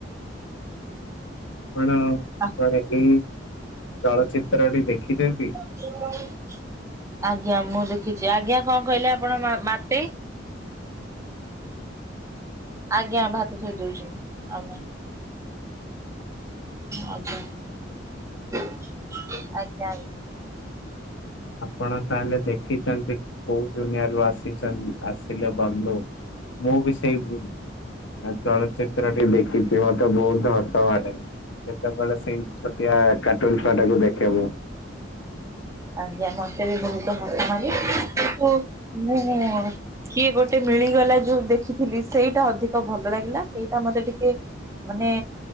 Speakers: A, on the left (about 80°); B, on the right (about 15°).
A: କଣ
B: ଆ-
A: କରେକି ଚଳଚି ତ୍ରଟି ଦେଖିଦିନ୍ତି।
B: <inaudible> ଆଜ୍ଞା ମୁଁ ଦେଖିଚି ଆଜ୍ଞା କଣ କହିଲେ ଆପଣ ମା ମାଟି। ଆଜ୍ଞା ଭାତ ଥୋଇ ଦଉଚୁ ଆଜ୍ଞା। ଆଜ୍ଞା ଆଜ୍ଞା ଆଜ୍ଞା।
A: ଆପଣ ତାହେଲେ ଦେଖିଚନ୍ତି କୋଉ ଦୁନିଆରୁ ଆସିଚନ୍ତି। ଆସିଲ ବନ୍ଧୁ ମୁଁ ବି ସି ସେଇ ଚଳଚିତ୍ରଟି ଦେଖିଚି ମତେ ବହୁତ ହ ହସ ମାଡେ ଯେତେବେଳେ ସେଇ ଛୋଟିଆ କାର୍ଟୁନ ଛୁଆ ଟାକୁ ଦେଖେ ମୁଁ।
B: ଆଜ୍ଞା ମତେ ବି ବହୁତ ହସମାଡେ କିନ୍ତୁ ମୁଁ କିଏ ଗୋଟେ ମିଳିଗଲା ଯୋଉ ଦେଖିଥିଲି ସେଇଟା ଅଧିକ ଭଲ ଲାଗିଲା ସେଇଟା ମତେ ଟିକେ ମାନେ